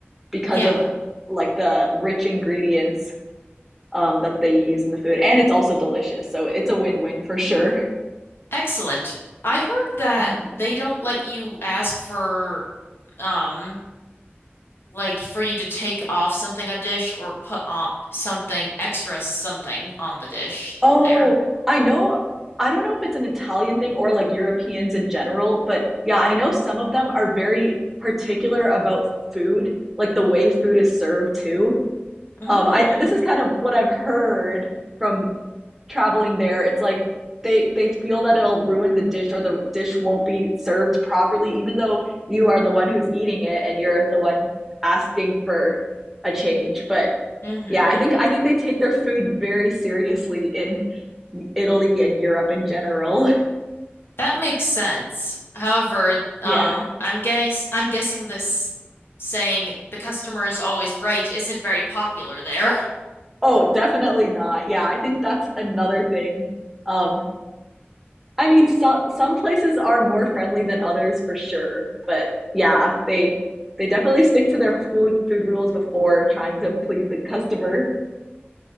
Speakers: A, in the centre; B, on the left (about 65°).
A: because
B: Yeah,
A: of like the rich ingredients um that they use in the food and it's also delicious. So it's a win-win for sure.
B: excellent. I heard that
A: <laughs>
B: they don't let you ask for um like for you to take off something a dish or put on something extra something on the dish
A: Oh,
B: there.
A: I know. I don't know if it's an Italian thing or like Europeans in general, but yeah, I know some of them are very particular about food, like the way food is served too.
B: Mm.
A: Um, I this is kind of what I've heard from traveling there, it's like they they feel that it'll ruin the dish or the dish won't be served properly, even though you are the one who's eating it and you're the one asking for a change. But
B: hmm
A: yeah, I think I think they take their food very seriously in Italy and Europe in general. <laughs>
B: That makes sense. However, um,
A: Yeah.
B: I'm guess I'm guessing this saying the customer is always right isn't very popular there.
A: Oh, definitely not. Yeah, I think that's another thing. Um, I mean, so, some places are more friendly than others for sure, but yeah, they they definitely stick to their food food rules before trying to please the customer.